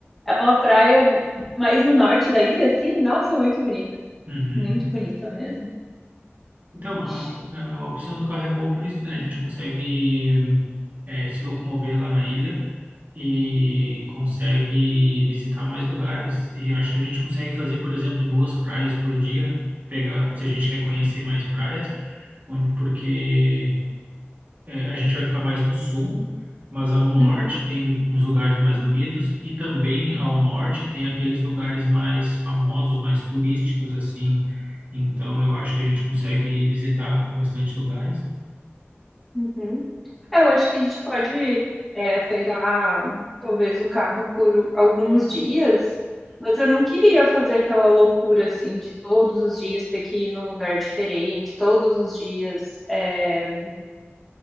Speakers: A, in the centre; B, on the right (about 40°).
A: é uma praia mais no norte da ilha, assim. Nossa, é muito bonita.
B: Uhum.
A: Muito bonita mesmo.
B: Então, a,
A: Ixi.
B: a opção do carro é boa por isso, né? A gente consegue eh, se locomover lá na ilha e consegue visitar mais lugares. E acho que a gente consegue fazer, por exemplo, duas praias por dia, pegar, se a gente quer conhecer mais praias, onde, porque eh, a gente vai ficar mais no sul, mas ao norte
A: Uhum,
B: tem uns lugares mais bonitos e também ao norte tem aqueles lugares mais famosos, mais turísticos assim. Então eu acho que a gente consegue visitar bastante lugares.
A: uhum. Eu acho que a gente pode é, pegar talvez o carro por alguns dias, mas eu não queria fazer aquela loucura assim de todos os dias ter que ir num lugar diferente, todos os dias é,